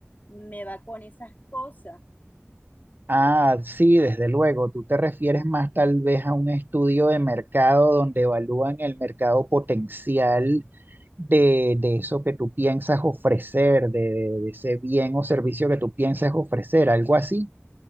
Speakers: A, on the left; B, on the right.
A: me va con esas cosas.
B: Ah, sí, desde luego. Tú te refieres más tal vez a un estudio de mercado donde evalúan el mercado potencial de, de eso que tú piensas ofrecer, de, de ese bien o servicio que tú piensas ofrecer, algo así.